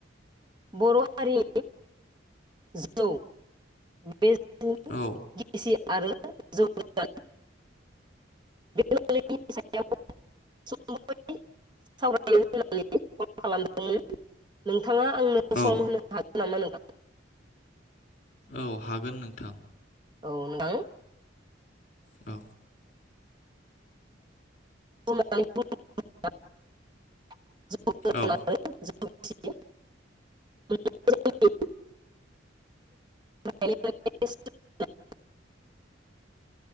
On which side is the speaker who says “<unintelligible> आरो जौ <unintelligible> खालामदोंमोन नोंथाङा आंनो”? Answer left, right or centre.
Right